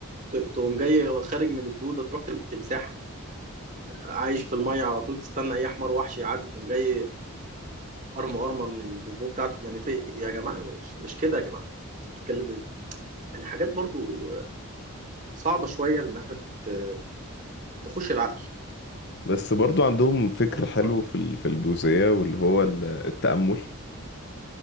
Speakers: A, on the right; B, on the left.
A: ت- تقوم جاي خارج من الدوده تروح تبقى تمساح عايش في الميه على طول تستنى اي حمار وحش يعدي تقوم جاي قرمه قرمه من البوبو بتاعته يعني في إيه يا جماعه مش مش كده يا جماعه بتتكلم إيه؟ يعني حاجات برضو صعبه شويه انها ت- تخش العقل
B: بس برضو عندهم فكر
A: حاجات
B: حلو
A: صعبه
B: في ال- في البوذية واللي هو ال- التأمل